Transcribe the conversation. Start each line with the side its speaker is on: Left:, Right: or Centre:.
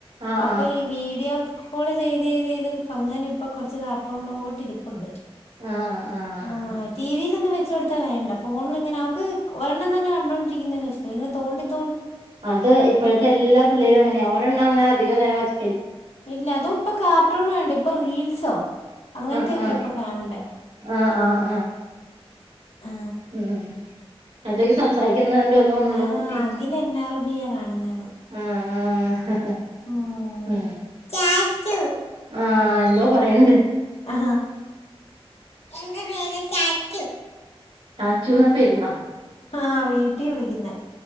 Right: ആഹ്
Left: അപ്പൊ
Right: ആഹ്
Left: ഈ വീഡിയോ അപ്പോള് ചെയ്ത് ചെയ്ത് ചെയ്ത് അങ്ങനെ ഇപ്പൊ കൊറച്ച് കാർട്ടൂണ്ട് പോട്ട് ഇരിപ്പുണ്ട്
Right: ആഹ ആഹ
Left: ആഹ്
Right: ആഹ
Left: ടി വിയിലൊന്നും വെച്ച് കൊടുത്താ വേണ്ട ഫോണിൽ ഇങ്ങനെ അവക്ക് ഒരെണ്ണം തന്നെ കണ്ടോണ്ടരിക്കുന്ന ഇഷ്ട ഇനെ തോ
Right: അതേ ഇപ്പോഴത്തെ എല്ലാ പിള്ളേരും അങ്ങനെ ഒരെണ്ണം അങ്ങനെ അധികം നേരം വെച്ച്
Left: ഇല്ല അതും ഇപ്പൊ കാർട്ടൂൺ വേണ്ട ഇപ്പൊ റീൽസോ അങ്ങനത്തെയൊക്കെ
Right: ആഹ് ആഹ്
Left: ഇപ്പൊ കാണണ്ടേ
Right: ആഹ് ആഹ്
Left: ആ
Right: ഉമ് എന്തൊക്കെ സംസാരിക്ക എന്തോന്നോണല്ലോ
Left: ആഹ്
Right: കുട്ടി
Left: അഖിൽ എൻ ആർ ബിയാ കാണുന്നേന്ന്
Right: ആഹ
Left: ഉം
Right: ആ
Left: ചാച്ചു
Right: ആ എന്തോ പറയണ്ട്
Left: ആ എന്റെ പേര് ചാച്ചു
Right: ചാചൂന്ന പെരുന്നാ
Left: ആ വീട്ടി വിളിക്കുന്നേ